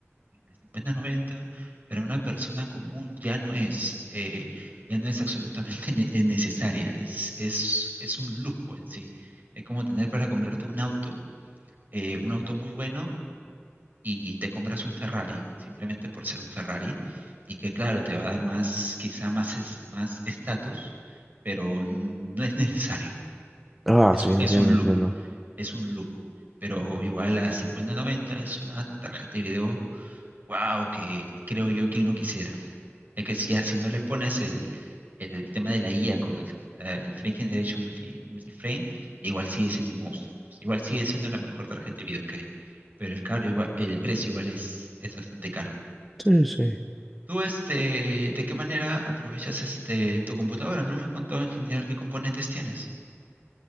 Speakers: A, on the right; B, in the centre.
A: Y la 50-90 para una persona común ya no es, eh, ya no es absolutamente <laughs> ne- eh, necesaria, es, es, es un lujo en sí. Es como tener para comprarte un auto eh, un auto muy bueno, y te compras un Ferrari simplemente por ser un Ferrari y que claro, te va a dar más, quizá más es- más estatus, pero n- no es necesario.
B: Ah,
A: Es,
B: sí, entiendo,
A: es un
B: entiendo.
A: lujo, es un lujo. Pero igual la cincuenta noventa es una tarjeta de video Wow, que creo yo que no quisiera. Es que si, ah, si no le pones el, el tema de la IA con el, la- el Frame Generation multi, Multiframe, igual sigue siendo un monstruo. Igual sigue siendo la mejor tarjeta de video que hay. Pero el caro igual, el precio igual es, es bastante caro.
B: Sí, sí.
A: ¿Tú este, de qué manera aprovechas este tu computadora? No me has contado en general qué componentes tienes.